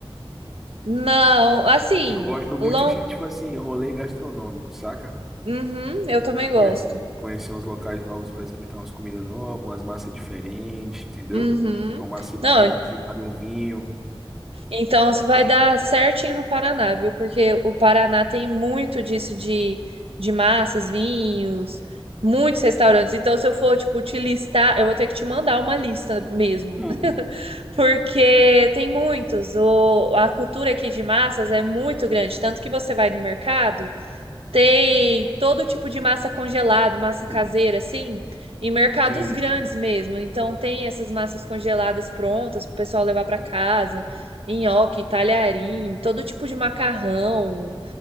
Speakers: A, on the right; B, in the centre.
A: Não, assim,
B: Eu gosto muito
A: long...
B: de, tipo assim, rolê gastronômico, saca?
A: Uhum, eu também
B: Conhecer,
A: gosto.
B: conhecer uns locais novos para experimentar umas comidas novas, umas massas diferentes, entendeu?
A: Uhum.
B: Tomar, se,
A: Não,
B: quem, quem sabe, um vinho.
A: Então, você vai dar certinho no Paraná, viu? Porque o Paraná tem muito disso de, de massas, vinhos, muitos restaurantes. Então, se eu for, tipo, te listar, eu vou ter que te mandar uma lista mesmo.
B: <laughs>
A: <laughs> Porque tem muitos. O, a cultura aqui de massas é muito grande. Tanto que você vai no mercado. Tem todo tipo de massa congelada, massa caseira,
B: Hum.
A: assim, em mercados
B: Sim,
A: grandes mesmo. Então tem essas massas congeladas prontas para o pessoal levar para casa, nhoque, talharim, todo tipo de macarrão,